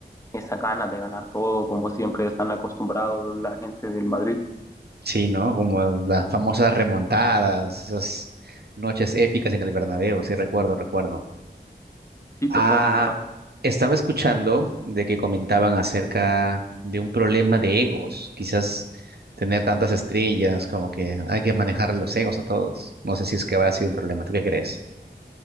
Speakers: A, on the left; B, on the right.
A: esa ganas de ganar todo, como siempre están acostumbrados la gente del Madrid.
B: Sí, ¿no? Como las famosas remontadas, esas noches épicas en el Bernabéu, sí, recuerdo, recuerdo.
A: Sí,
B: Ah,
A: total, total.
B: estaba escuchando de que comentaban acerca de un problema de egos, quizás tener tantas estrellas, como que hay que manejar los egos a todos. No sé si es que habrá sido un problema. ¿Tú qué crees?